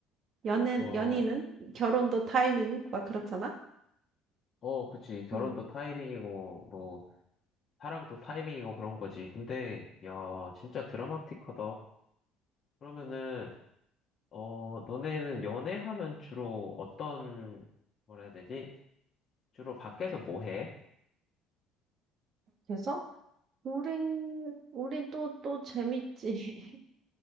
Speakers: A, on the right; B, on the left.
A: 연애
B: 와,
A: 연인은 결혼도 타이밍 막 그렇잖아.
B: 어, 그치. 결혼도
A: 음.
B: 타이밍이고, 뭐, 사랑도 타이밍이고 그런 거지. 근데, 야, 진짜 드라마틱하다. 그러면은, 어, 너네는 연애하면 주로 어떤, 뭐라 해야 되지? 주로 밖에서 뭐 해?
A: 그래서 우리 우리 또 또 재밌지.